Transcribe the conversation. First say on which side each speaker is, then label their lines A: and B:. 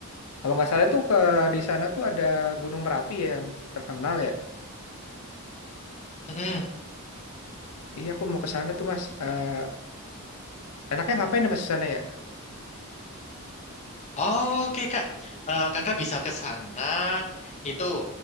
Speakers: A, on the left; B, on the left.
A: Kalau nggak salah tuh ke di sana tuh ada Gunung Merapi ya yang terkenal ya.
B: Mm-mm.
A: Iya, aku mau ke sana tuh, Mas. Eh, enaknya ngapain ya, Mas, ke sana ya?
B: Oke, Kak. Eh, kakak bisa ke sana, itu.